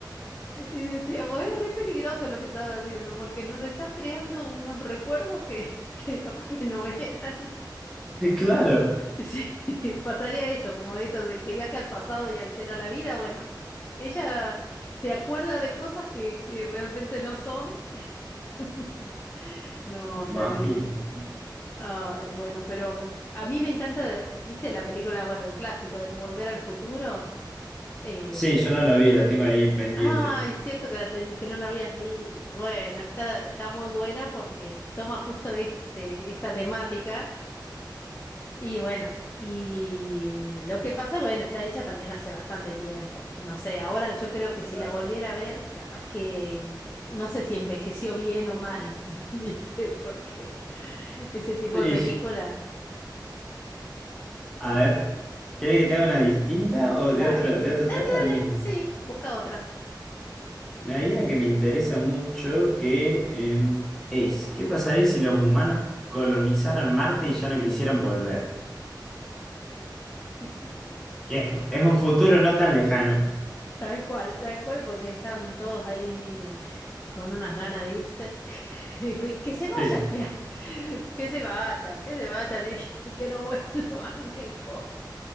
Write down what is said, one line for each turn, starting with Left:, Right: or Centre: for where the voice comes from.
Left: Y decíamos, es re peligroso lo que estás haciendo porque nos estás creando unos recuerdos que, <laughs> que capaz que no eran.
Centre: <laughs> Claro,
Left: Sí, <laughs> pasaría eso, como esto del que viaja al pasado y altera la vida. Bueno, ella se acuerda de cosas que, que realmente no son. <laughs> No,
Centre: imagino.
Left: terrible. Ay, bueno, pero mm, a mí me encanta, de- ¿viste la película, bueno, el clásico del Volver al Futuro? Eh,
Centre: Sí, yo no la vi, la tengo ahí pendiente.
Left: ah, es cierto que, la ten- que no la habías visto. Bueno, está, está muy buena porque toma justo este, esta temática. Y bueno, y lo que pasa, bueno, está hecha también hace bastante tiempo. No sé, ahora yo creo que si
Centre: Ah.
Left: la volviera a ver, capaz que mm, es- no sé si envejeció bien o mal, <laughs> ¿viste? Porque ese tipo
Centre: Sí,
Left: de película,
Centre: a
Left: sí.
Centre: ver, ¿querés que te haga una distinta o
Left: Dale,
Centre: de otro, de
Left: dale,
Centre: otro tema o del mismo?
Left: sí, busca otra.
Centre: Me hay una que me interesa mucho que em, es, ¿qué pasaría si los humanos colonizaran Marte y ya no quisieran volver?
Left: <laughs>
Centre: Que es, es un futuro no tan lejano.
Left: Tal cual, tal cual, porque están todos ahí con unas ganas de irse. <laughs> Que que se vayan,
Centre: Sí.
Left: mira, <laughs> que se vayan, que se vayan y, <laughs> y que no vuelvan <laughs> mejor.